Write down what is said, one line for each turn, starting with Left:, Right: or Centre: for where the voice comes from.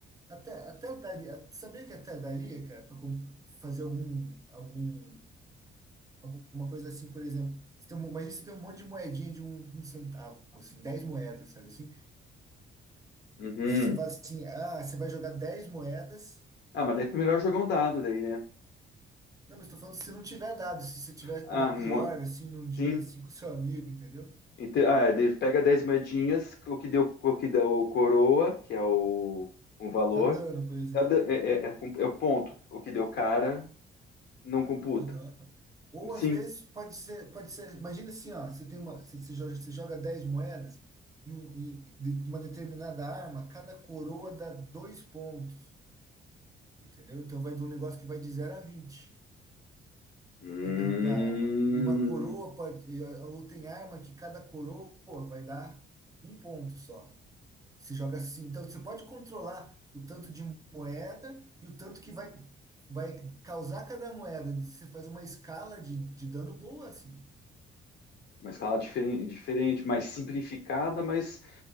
Right: até, até daria. Sabia que até daria, cara, para fazer algum, algum, alguma coisa assim, por exemplo. Você tem, um- imagina você tem um monte de moedinha de um, um centavo, assim, 10 moedas, sabe assim?
Left: Uhum.
Right: E você fala assim, ah, você vai jogar 10 moedas.
Left: Ah, mas daí é melhor jogar um dado daí, né?
Right: Não, mas estou falando se não tiver dado, se você tiver
Left: Ah,
Right: na
Left: mo-
Right: pior, assim, num dia,
Left: sim.
Right: assim, com seu amigo, entendeu?
Left: Ente- Ah, é, daí pega 10 moedinhas, o que deu, o que deu coroa, que é o, o valor,
Right: Tá dando, por exemplo.
Left: é, o da- é- é- é com- é o ponto. O que deu cara não computa.
Right: Aham. Ou
Left: Sim.
Right: às vezes pode ser, pode ser, imagina assim, ó, você tem uma, você, você joga, você joga 10 moedas e, um, e de- uma determinada arma, cada coroa dá dois pontos, entendeu? Então vai de um negócio que vai de zero a 20,
Left: Hum.
Right: dependendo da arma. E uma coroa pode, e, ou tem arma que cada coroa vai dar um ponto só. Você joga assim. Então, você pode controlar o tanto de moeda e o tanto que vai, vai causar cada moeda. Você faz uma escala de, de dano boa, assim.
Left: Uma escala diferen- diferente, mais simplificada, mas